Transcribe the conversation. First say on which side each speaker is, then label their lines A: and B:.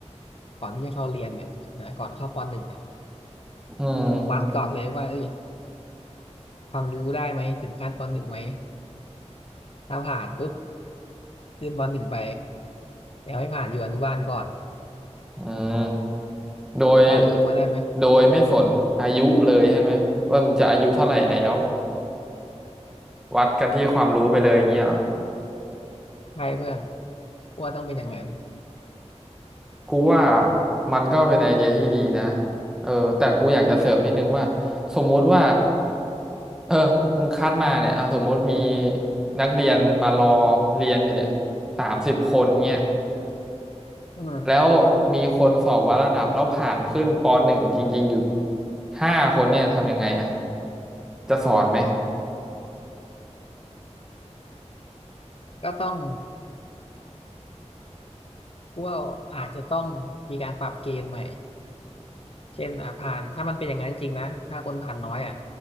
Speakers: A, on the left (about 55°); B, in the centre.
A: ก่อนที่จะเข้าเรียนเนี่ยนะก่อนเข้าปหนึ่งเนี่ย
B: อืม
A: วัดก่อนเลยว่าเอ้ยความรู้ได้ไหมถึงขั้นปหนึ่งไหมถ้าผ่านปุ๊บ ยื่นบอลหนึ่งไปแล้วให้ผ่านอยู่อนุบาลก่อน
B: อืม โดย
A: ได้ไหมมึงว่าได้ไหม
B: โดยไม่สนอายุเลยใช่ไหมว่ามันจะอายุเท่าไหร่แล้ววัดกันที่ความรู้ไปเลยอย่างเงี้ย
A: ใช่เพื่อนกูว่าต้องเป็นอย่างนั้น
B: กูว่ามันก็เป็นไอเดียที่ดีนะเออแต่กูอยากจะเสริมนิดนึงว่าสมมุติว่าเออมึงคัดมาเนี่ยเอาสมมุติมีนักเรียนมารอเรียนอยู่เนี่ยสามสิบคนเนี่ย
A: อืม
B: แล้วมีคนสอบวัดระดับแล้วผ่านขึ้นปหนึ่งจริงๆอยู่ห้าคนเนี่ยทำยังไงอะจะสอนไหม
A: ก็ต้องกว่อาจจะต้องมีการปรับเกณฑ์ใหม่เช่นอ่ะผ่านถ้ามันเป็นอย่างนั้นจริงๆนะถ้าคนผ่านน้อยอ่ะ